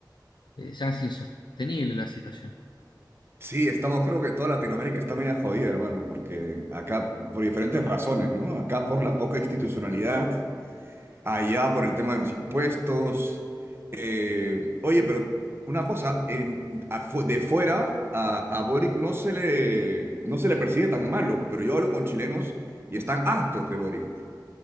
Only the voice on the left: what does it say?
eh, se hace insostenible la situación.